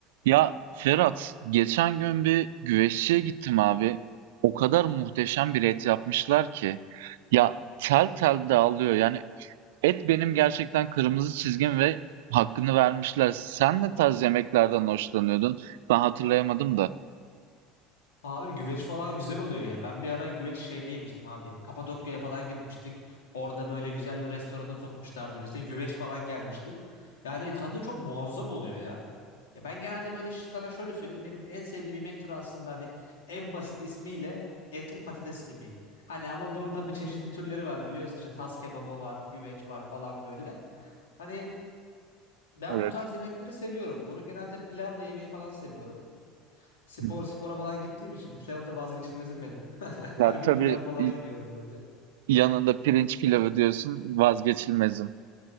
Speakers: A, on the right; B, on the left.
A: Ya Ferhat, geçen gün bir güveççiye gittim abi. O kadar muhteşem bir et yapmışlar ki. Ya tel tel dağılıyor. Yani et benim gerçekten kırmızı çizgim ve hakkını vermişler. Sen ne tarz yemeklerden hoşlanıyordun? Ben hatırlayamadım da.
B: Abi güveç falan güzel oluyor ya. Ben bir ara güveç şeyde yemiştim abi. Kapadokya'ya falan gitmiştik. Orada böyle güzel bir restorana sokmuşlardı bizde. Güveç falan gelmişti. Yani tadı çok muazzam oluyor ya. Ya ben genelde böyle ş- sana şöyle söyleyeyim. Benim en sevdiğim yemek türü aslında hani en basit ismiyle etli patates yemeği. Hani ama bunun tabii çeşitli türleri var biliyorsun işte tas kebabı var, güveç var falan böyle. Hani ben
A: Evet.
B: bu tarz yemekleri seviyorum. Bunu genelde pilavla yemeyi falan seviyorum. Spor
A: Hı hı.
B: spora falan gittiğim için pilav da vazgeçilmezim benim. <laughs>
A: Ya
B: Her gün
A: tabii
B: pilav falan
A: y-
B: yiyorum böyle.
A: yanında pirinç pilavı diyorsun vazgeçilmezim.